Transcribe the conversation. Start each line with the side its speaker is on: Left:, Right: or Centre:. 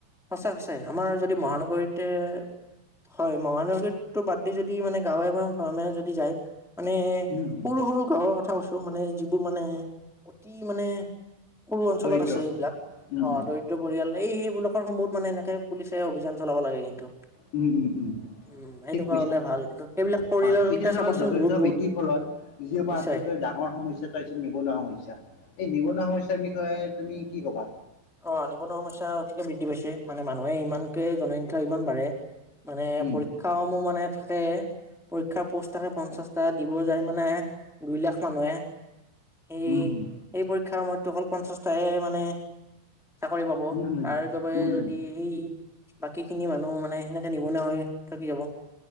Centre: সঁচা, সঁচাই আমাৰ যদি মহান মহানগৰীতে হয়, মহানগৰীতো বাদ দি যদি মানে গাঁৱে বা ভৈয়ামে যদি যায়। মানে
Left: উম, উম,
Centre: সৰু সৰু গাঁৱৰ কথা কৈছো মানে যিবোৰ মানে অতি মানে সৰু অঞ্চলত
Left: দৰিদ্ৰ
Centre: আছে এইবিলাক
Left: উম,
Centre: অ'
Left: উম,
Centre: দৰিদ্ৰ পৰিয়াল। এই সেইবিলাকৰ সময়হত মানে এনেকে পুলিচে অভিযান চলাব লাগে কিন্তু
Left: উম- উম- উম।
Centre: উম সেনেকুৱা
Left: ঠিক কৈছা
Centre: হলে ভাল কিন্তু সেইবিলাক কৰিলতে
Left: হয়, এতিয়া চাবা
Centre: চাবাচোন
Left: জনসংখ্যা
Centre: বহুত বহুত
Left: বৃদ্ধিৰ ফলত যি আমাৰ
Centre: নিশ্চয়
Left: আটাইতকৈ ডাঙৰ সমস্যা এটা হৈছে নিবনুৱা সমস্যা। এই নিবনুৱা সমস্যাৰ বিষয়ে তুমি কি ক'বা
Centre: অ' নিবনুৱা সমস্যা অতিকে বৃদ্ধি পাইছে, মানে মানুহে ইমানকে জনসংখ্যা ইমান বাঢে মানে
Left: উম
Centre: পৰীক্ষা সমূহ মানে থাকে, পৰীক্ষাৰ পোষ্ট থাকে পঞ্চাশটা দিব যায় মানে দুই লাখ মানুহে সেই
Left: উম উম
Centre: এই পৰীক্ষাৰ সময়তটো অকল পঞ্চাশ টাইহে মানে চাকৰি পাব,
Left: উম উম
Centre: তাৰ বাবে
Left: উম উম
Centre: যদি হেই ই বাকী খিনি মানুহ মানে সেনেকে নিবনুৱা হৈ থাকি যাব।